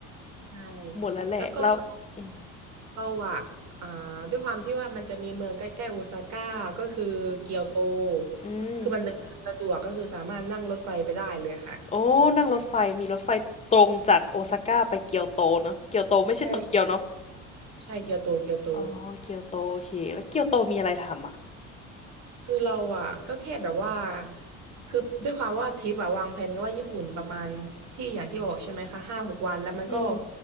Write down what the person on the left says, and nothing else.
หมดแล้วแหละ
แล้ว อืม
อืม
โอ้นั่งรถไฟ มีรถไฟตรงจากโอซาก้าไปเกียวโตเนาะเกียวโตไม่ใช่โตเกียวเนาะ
อ๋อเกียวโตโอเคแล้วเกียวโตมีอะไรทำอ่ะ
อืม